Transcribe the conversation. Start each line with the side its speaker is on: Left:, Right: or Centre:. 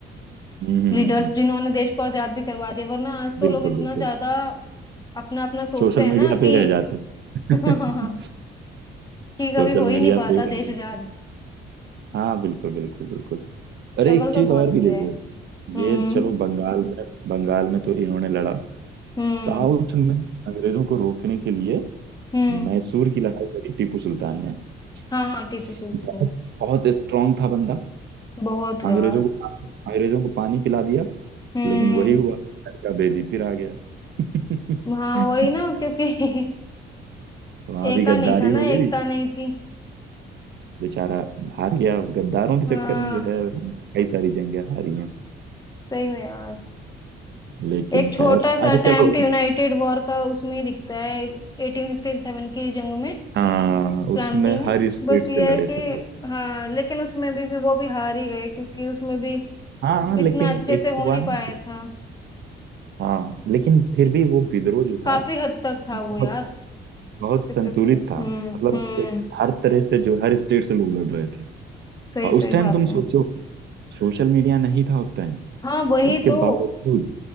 Right: हम्म हम्म
Left: लीडर्स
Right: हम्म हम्म,
Left: जिन्होंने देश को आजाद भी करवा दिया वरना आज तो
Right: बिल्कुल
Left: लोग इतना
Right: बिल्कुल
Left: ज्यादा अपना अपना सोचते
Right: सोशल
Left: हैं
Right: मीडिया
Left: ना
Right: पे
Left: कि
Right: ही रह जाते
Left: <laughs> कि
Right: <laughs>
Left: कभी
Right: सोशल
Left: हो ही
Right: मीडिया
Left: नहीं पाता
Right: पे ही
Left: देश
Right: रह जाते
Left: आजाद
Right: हाँ बिल्कुल बिल्कुल बिल्कुल अरे
Left: स्ट्रगल
Right: एक
Left: तो
Right: चीज
Left: बहुत
Right: और
Left: किया
Right: भी देखो
Left: है हम्म
Right: ये चलो बंगाल में बंगाल में तो इन्होंने लड़ा
Left: हम्म
Right: साउथ में अंग्रेजों को रोकने के लिए
Left: हम्म
Right: मैसूर की लड़ाई लड़ी टीपू सुल्तान ने
Left: हाँ टीपू
Right: स-
Left: सुल्तान
Right: बहुत
Left: ने
Right: बहुत स्ट्रांग था बंदा
Left: बहुत यार
Right: अंग्रेजों को पानी अंग्रेजों को पानी पिला दिया
Left: हम्म
Right: लेकिन वही हुआ लड़का बेदी फिर आ गया <laughs>
Left: हाँ वही ना क्योंकि <laughs>
Right: वहां
Left: एका
Right: भी गद्दारी
Left: नहीं था ना
Right: हो गई
Left: एकता नहीं थी
Right: बेचारा हार गया गद्दारों के
Left: हाँ
Right: चक्कर में जो है कई सारी जंगें हारी हैं
Left: सही में यार
Right: लेकिन
Left: एक छोटा
Right: खैर
Left: सा
Right: अच्छा
Left: अटेम्प्ट
Right: चलो
Left: यूनाइटेड वॉर का उसमें ही दिखता है 1857 की जंग में
Right: हाँ
Left: क्रांति
Right: उसमें
Left: में
Right: हर स्टेट
Left: बस ये
Right: से लड़े
Left: है कि
Right: थे सब
Left: हाँ लेकिन उसमें भी, भी वो भी हार ही गए क्योंकि उसमें भी
Right: हाँ
Left: इतना
Right: लेकिन
Left: अच्छे से
Right: एक
Left: हो
Right: हुआ
Left: नहीं
Right: ना
Left: पाया था
Right: हाँ लेकिन फिर भी वो विद्रोह जो
Left: काफी
Right: था
Left: हद तक था
Right: बहुत
Left: वो यार
Right: बहुत
Left: सक्सेसफुल
Right: संतुलित था
Left: हम्म
Right: मतलब
Left: हम्म
Right: एक हर तरह से जो हर स्टेट से लोग लड़ रहे थे
Left: सही
Right: और
Left: सही
Right: उस टाइम
Left: बात
Right: तुम सोचो
Left: है
Right: सोशल मीडिया नहीं था उस टाइम
Left: हाँ वही
Right: उसके
Left: तो
Right: बावजूद